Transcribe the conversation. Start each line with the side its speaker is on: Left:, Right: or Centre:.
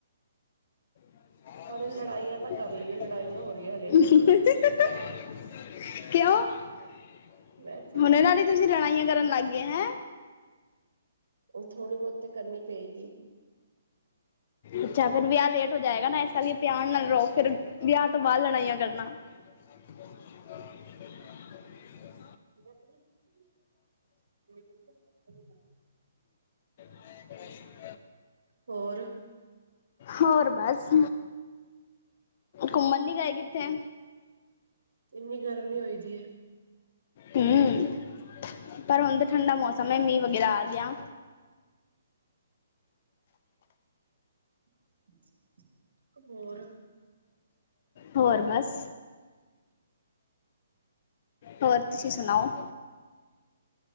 Left: <unintelligible>
Right: ਹਲੇ ਲੜਾਈਆਂ
Left: ਹੰ
Right: ਤਾਂ ਕਰ ਲਈਏ
Left: ਹੰ
Right: ਲੜਾਈਆਂ ਹੋ ਰਹੀ ਹੈ ਹਲੇ
Left: ਹੰ
Right: ਤੇ ਉਹਨਾਂ ਨਾਲ
Left: ਹ ਹ ਕਿਉਂ
Right: ਵੈਸੇ
Left: ਹੁਣ ਇਹਨਾਂ ਹੀ ਤੁਸੀਂ ਲੜਾਈਆਂ ਕਰਨ ਲੱਗ ਗਏ ਹੈਂ
Right: ਅ ਥੋੜ੍ਹੀ ਬਹੁਤ ਤੇ ਕਰਨੀ ਪਏਗੀ
Left: ਅੱਛਾ ਫਿਰ ਵਿਆਹ ਲੇਟ ਹੋ ਜਾਏਗਾ ਨਾ ਸ ਪਿਆਰ ਨਾਲ ਰਹੋ ਫੇਿਰ ਵਿਆਹ ਤੋਂ ਬਾਅਦ ਲੜਾਈਆਂ ਕਰਨਾ <unintelligible>
Right: <unintelligible>
Left: ਹ <unintelligible>
Right: ਹੋਰ
Left: ਹੋਰ ਬਸ, ਘੁੰਮਣ ਨੀ ਗਏ ਕਿੱਥੇ?
Right: ਇੰਨੀ ਗਰਮੀ ਹੋਈ ਦੀ ਹੈ।
Left: ਹਮ, ਪਰ ਹੁਣ ਤਾਂ ਠੰਡਾ ਮੌਸਮ ਹੈ ਮੀਂਹ ਵਗੈਰਾ ਆ ਗਿਆ।
Right: <unintelligible> ਹੋਰ
Left: ਹੋਰ ਬਸ ਹੋਰ ਤੁਸੀਂ ਸੁਣਾਓ,,?